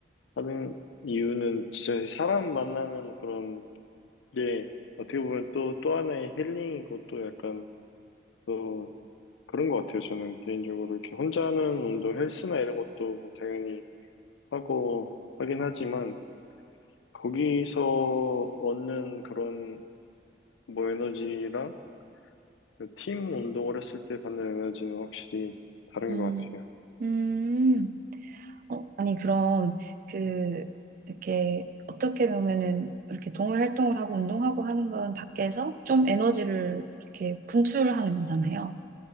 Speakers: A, on the left; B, on the right.
A: 하는 이유는 진짜 사람 만나는 그런 게 어떻게 보면 또, 또 하나의 힐링이고 또 약간 또 그런 것 같아요. 저는 개인적으로 이렇게 혼자 하는 운동 헬스나 이런 것도 뭐 당연히 하고 하긴 하지만 거기서 얻는 그런 뭐 에너지랑 그팀 운동을 했을 때 받는 에너지는 확실히 다른
B: 음,
A: 것 같아요.
B: 음. 어, 아니, 그럼, 그, 이렇게, 어떻게 보면은, 이렇게 동호회 활동을 하고 운동하고 하는 건 밖에서 좀 에너지를 이렇게 분출하는 거잖아요.